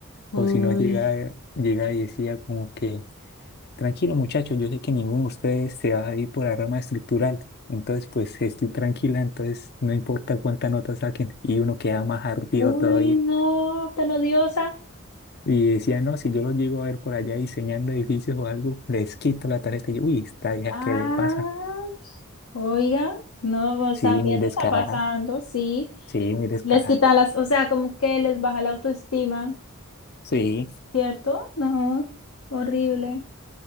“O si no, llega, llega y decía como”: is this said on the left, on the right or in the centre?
Left